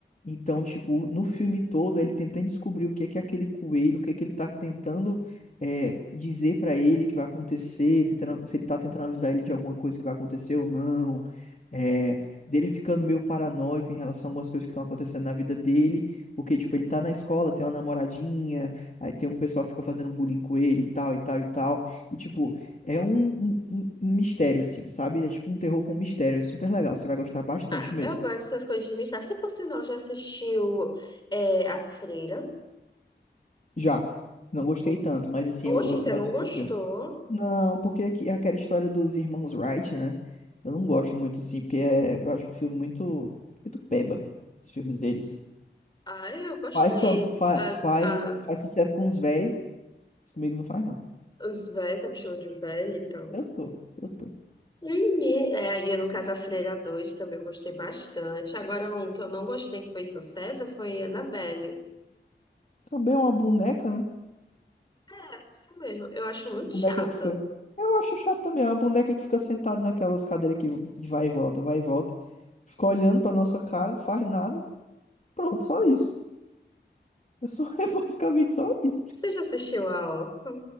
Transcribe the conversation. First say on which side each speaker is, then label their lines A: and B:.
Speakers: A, on the left (about 40°); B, on the left (about 25°).
A: Então, tipo, no filme todo, ele tentando descobrir o que que é aquele coelho, o que que ele tá tentando é, dizer pra ele que vai acontecer, tentando- se ele tá tentando avisar ele de alguma coisa que vai acontecer ou não, é, dele ficando meio paranoico em relação a algumas coisas que estão acontecendo na vida dele, porque, tipo, ele tá na escola, tem uma namoradinha, aí tem um pessoal que fica fazendo bullying com ele e tal, e tal, e tal, e, tipo, é um, um, um um mistério, assim, sabe? É tipo um terror com mistério, é super legal, você vai gostar bastante
B: Ah,
A: mesmo.
B: eu gosto dessas coisas de mistério. Você, por sinal, já assistiu é, A Freira?
A: Já. Não gostei
B: O-
A: tanto, mas assim,
B: Oxe,
A: eu,
B: você
A: eu
B: não
A: assisti
B: gostou?
A: o filme. Não, porque aqui é aquela história dos irmãos Wright, né? Eu não gosto muito assim, porque é- eu acho um filme muito, muito peba, os filmes deles.
B: Ah, eu gostei.
A: Faz, fam- fa-
B: As,
A: faz,
B: a,
A: faz sucesso com os velhos, mas comigo não faz, não.
B: os velhos, tá me chamando de velho, então.
A: Eu tô, eu tô.
B: Ele, é, aí, no Ilha do Casafreira 2 também eu gostei bastante. Agora, um que eu não gostei, que foi sucesso, foi Annabelle.
A: Também é uma boneca, né?
B: É, isso mesmo. Eu acho muito
A: Boneca
B: chato.
A: que fica. Eu acho chato também, é uma boneca que fica sentada naquelas cadeiras que, que vai e volta, vai e volta. Fica olhando pra nossa cara, não faz nada. Pronto, só isso. É só, <laughs> é basicamente só isso.
B: Você já assistiu a ó?